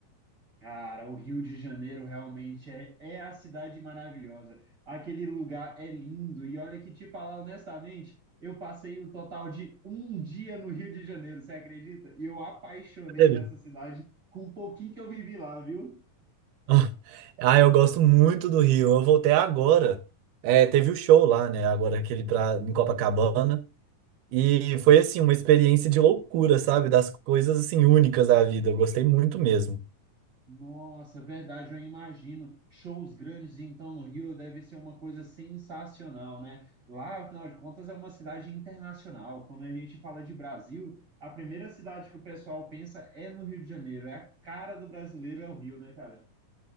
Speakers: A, on the right (about 35°); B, on the right (about 80°).
A: Cara, o Rio de Janeiro realmente é, é a cidade maravilhosa. Aquele lugar é lindo. E olha que te falar honestamente, eu passei o total de um dia no Rio de Janeiro, você acredita? E eu apaixonei
B: Sério?
A: nessa cidade com um pouquinho que eu vivi lá, viu?
B: <laughs> Ah, eu gosto muito do Rio. Eu voltei agora. É, teve o show lá, né? Agora aquele pra, em Copacabana. E foi assim, uma experiência de loucura, sabe? Das coisas assim únicas da vida. Eu gostei muito mesmo.
A: Nossa, verdade, eu imagino. Shows grandes, então, no Rio deve ser uma coisa sensacional, né? Lá, afinal de contas, é uma cidade internacional. Quando a gente fala de Brasil, a primeira cidade que o pessoal pensa é no Rio de Janeiro. É a cara do brasileiro, é o Rio, né, cara?